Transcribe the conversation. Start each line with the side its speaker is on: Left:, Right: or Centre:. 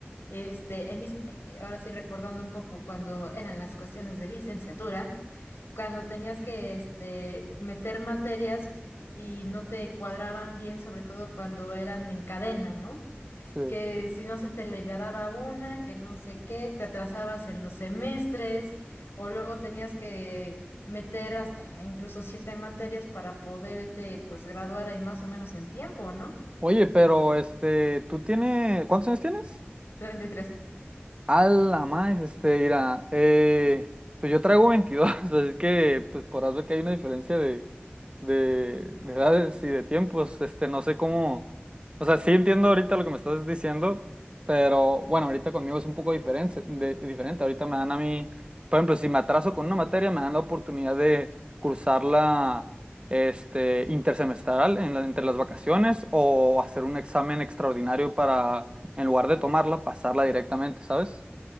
Left: este, en mis, ahora sí recordando un poco cuando eran las cuestiones de licenciatura, cuando tenías que, este, meter materias y no te cuadraban bien, sobre todo cuando eran en cadena, ¿no?
Right: sí.
Left: que si no se te liberaba una, que no sé qué, te atrasabas en los semestres, o luego tenías que meter hasta incluso siete materias para poderte pues graduar ahí más o menos en tiempo, ¿no?
Right: Oye, pero este, ¿tú tienes, cuántos años tienes?
Left: treinta y tres
Right: A la más, este, mira, eh, pues yo traigo 22 <laughs> así que pues podrás ver que hay una diferencia de, de, de edades y de tiempos, este, no sé cómo, o sea, sí entiendo ahorita lo que me estás diciendo, pero bueno, ahorita conmigo es un poco diferente, de- diferente, ahorita me dan a mí, por ejemplo, si me atraso con una materia, me dan la oportunidad de cursarla, este, intersemestral en la- entre las vacaciones o hacer un examen extraordinario para en lugar de tomarla, pasarla directamente, ¿sabes?